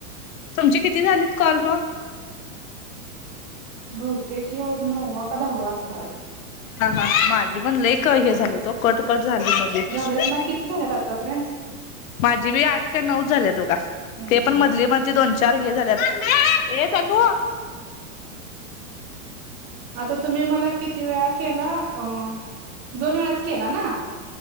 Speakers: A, on the left; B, on the right.
A: तुमची किती झालीत कॉल मग?
B: बहुतेक हे नवा का दाहावा असणार आहे.
A: हा हा माझे पण लेई हे झाले तो कटकट झाले मध्येच.
B: झाल्यात ना किती झाल्यात आतापर्यंत
A: माझी बी आठ का नऊ झाल्यात बघा
B: हम्म
A: ते
B: हम्म
A: पण मधली मधली दोन चार हे झाल्यात ये समु.
B: आता तुम्ही मला किती वेळा केला, अं दोन वेळाच केला ना.